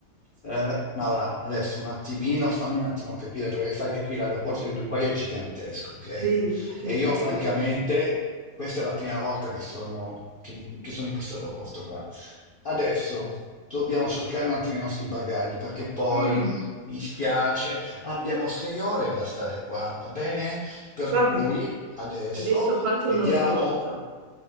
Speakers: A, on the left; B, on the right.
A: Eh, Maura, adesso un attimino, fammi un attimo capire, perché sai che qui l'aeroporto di Dubai è gigantesco, ok?
B: Sì, sì, sì,
A: E io
B: questo
A: francamente,
B: è vero.
A: questa è la prima volta che sono, che mi- che sono in questo aeroporto qua. Adesso dobbiamo cercare un attimo i nostri bagagli, perché poi,
B: Mm,
A: mi spiace, abbiamo sei ore da stare qua, va bene? Per
B: va
A: cui
B: bene.
A: adesso
B: Adesso faccio
A: vediamo...
B: uno sforzo.